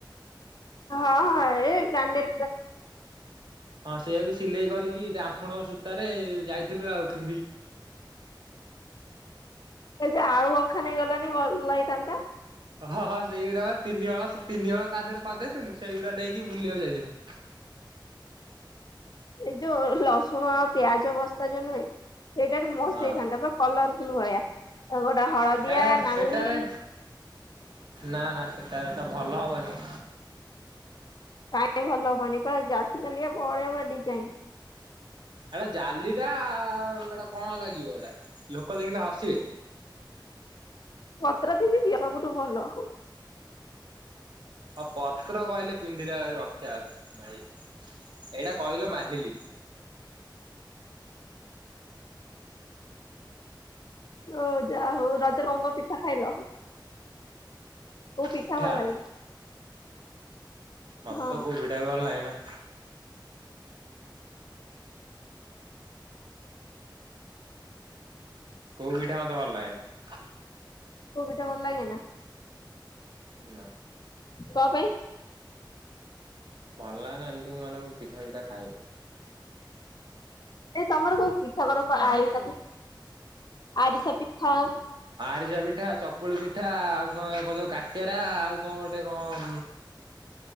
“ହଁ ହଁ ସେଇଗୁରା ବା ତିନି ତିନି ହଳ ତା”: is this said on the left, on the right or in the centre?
Right